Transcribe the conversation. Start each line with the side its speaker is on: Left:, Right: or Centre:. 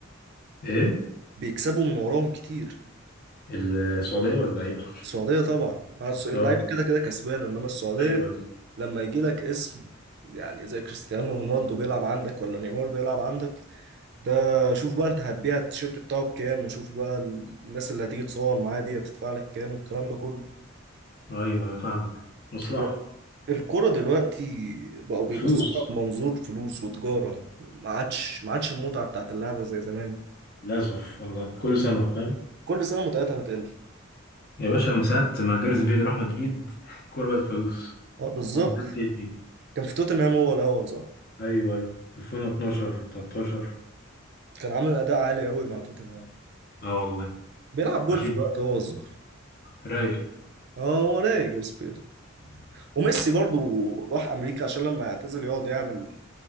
Left: ايه
Right: بيكسبوا من وراهم كتير
Left: السعودية ولا لعيبة
Right: السعودية طبعا عارف اللعيبة
Left: اه
Right: كده كده كسبانة إنما السعودية
Left: ايوه ايوه
Right: لما يجي لك اسم يعني زي كريستيانو رونالدو بيلعب عندك ولا نيمار بيلعب عندك ده شوف بقى انت هتبيع التيشيرت بتاعه بكام وشوف بقى الناس اللي هتيجي تصور معاه دي هتدفع لك كام والكلام ده كله
Left: ايوه أيوة، فاهمك مصلحة
Right: هو الكرة دلوقتي بقوا بيبصوا
Left: فلوس
Right: لها بمنظور فلوس وتجارة ما عادش ما عادش المتعة بتاعت اللعبة زي زمان
Left: للأسف والله كل سنة فاهم
Right: كل سنة متعتها بتقل
Left: يا باشا من ساعة ما جاريث بيل راح مدريد <laughs> الكورة بقت فلوس
Right: اه بالظبط
Left: هو من ساعة بي اس جي.
Right: كان في توتنهام هو الأول صح
Left: ايوه ايوه 2012 13
Right: كان عامل أداء عالي قوي مع توتنهام
Left: اه والله
Right: بيلعب جول
Left: فشيخ
Right: في الوقت هو الظهر
Left: رايق
Right: اه هو رايق جاريث بيل وميسي برضو راح أمريكا عشان لما يعتزل يقعد يعمل